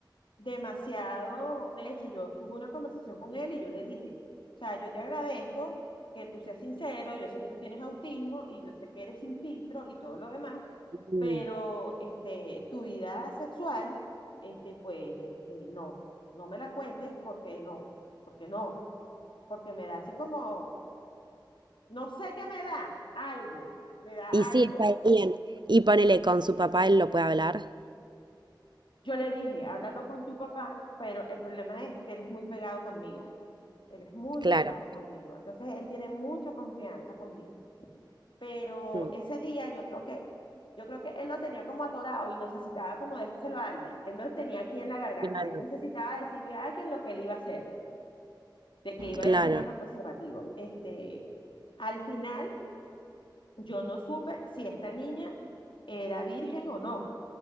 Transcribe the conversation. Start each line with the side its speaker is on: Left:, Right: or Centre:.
Left: demasiado, de hecho, yo tuve una conversación con él y yo le dije, o sea, yo te agradezco que tú seas sincero, yo sé que tú tienes autismo y yo sé que eres sin filtro y todo lo demás,
Right: mm.
Left: pero este, tu vida sexual, este, pues, este, no, no me la cuentes porque no, porque no, porque me da así como, no sé qué me da, algo, me da
Right: Y sí,
Left: algo.
Right: está bien. Y ponele con su papá, él lo puede hablar.
Left: Yo le dije, háblalo con tu papá, pero el problema es que él es muy pegado conmigo, él es muy
Right: Claro.
Left: pegado conmigo, entonces él tiene mucha confianza conmigo. pero
Right: Mm,
Left: ese día yo creo que, yo creo que él lo tenía como atorado y necesitaba como decírselo a alguien. Él lo tenía aquí en la garganta.
Right: Claro.
Left: Él necesitaba decirle a alguien lo que él iba a hacer, de que iba
Right: Claro,
Left: a ir a comprar los preservativos. Este, al final, yo no supe si esta niña era virgen o no,